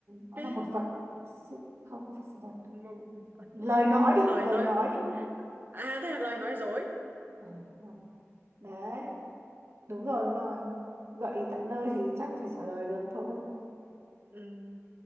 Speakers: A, on the right; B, on the right.
A: nó
B: cái
A: là một vật sự không không phải sự vật
B: một...
A: lời nói đi
B: lời
A: lời
B: nói
A: nói đi
B: à thế là lời nói dối
A: Ừ, đúng rồi. đấy đúng rồi đúng rồi gợi ý tận nơi thì chắc phải trả lời được thôi
B: Ừm,